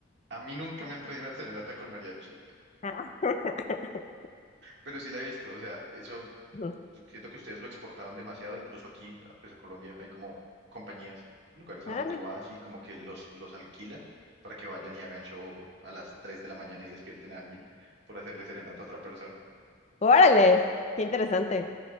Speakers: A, on the right; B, on the left.
A: A mí nunca me han traído una serenata con mariachi,
B: Ah, <laughs>
A: pero sí la he visto, o sea, eso
B: ujú.
A: Siento que ustedes lo exportaron demasiado, incluso aquí, pues a Colombia, hay como compañías, lugares
B: Ah,
A: a donde tú
B: mira.
A: vas y como que los, los alquilas para que vayan y hagan show a las 3 de la mañana y despierten a alguien por hacerle serenata a otra persona.
B: Órale, qué interesante.